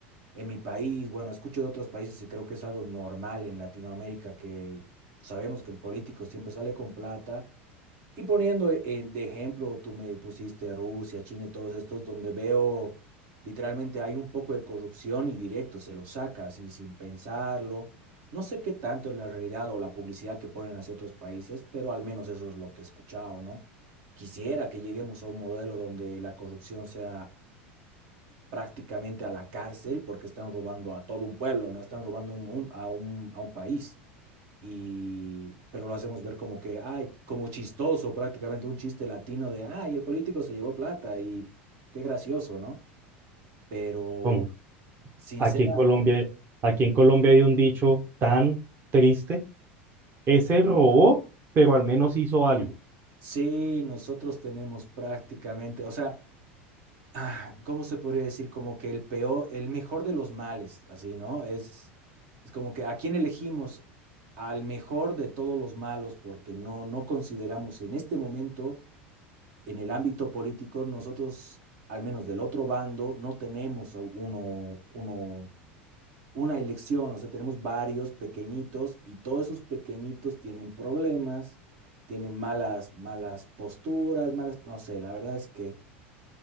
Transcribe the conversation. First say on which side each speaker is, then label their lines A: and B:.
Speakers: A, on the right (about 65°); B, on the right (about 35°).
A: en mi país. Bueno, escucho de otros países y creo que es algo normal en Latinoamérica que sabemos que el político siempre sale con plata y poniendo eh, de ejemplo, tú me pusiste Rusia, China y todos estos, donde veo literalmente hay un poco de corrupción y directo, se lo saca así sin pensarlo. No sé qué tanto es la realidad o la publicidad que ponen hacia otros países, pero al menos eso es lo que he escuchado, ¿no? Quisiera que lleguemos a un modelo donde la corrupción sea prácticamente a la cárcel porque están robando a todo un pueblo, no están robando un mun- a un, a un país y pero lo hacemos ver como que, ay, como chistoso, prácticamente un chiste latino de, ay, el político se llevó plata y qué gracioso, ¿no? Pero
B: Hom-
A: sincera,
B: Aquí en Colombia, aquí en Colombia hay un dicho tan triste, ese robó, pero al menos hizo algo.
A: sí, nosotros tenemos prácticamente, o sea, ah, ¿cómo se podría decir? Como que el peor, el mejor de los males, así, ¿no? Es, es como que a quién elegimos al mejor de todos los malos porque no, no consideramos en este momento en el ámbito político nosotros, al menos del otro bando, no tenemos uno, uno, una elección, o sea, tenemos varios pequeñitos y todos esos pequeñitos tienen problemas, tienen malas, malas posturas, malas, no sé, la verdad es que